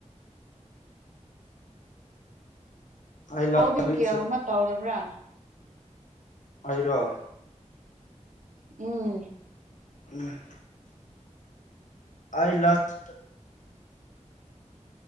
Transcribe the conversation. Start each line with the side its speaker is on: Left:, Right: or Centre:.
Left: ꯑꯩ ꯂꯥꯁ
Right: ꯀꯣꯕꯤ
Left: ꯋꯤꯛ
Right: ꯀꯌꯥꯒꯨꯝꯕ ꯇꯧꯔꯕ꯭ꯔꯥ
Left: ꯑꯩꯔꯣ
Right: ꯎꯝ
Left: ꯎꯝ ꯑꯩ ꯂꯥꯁ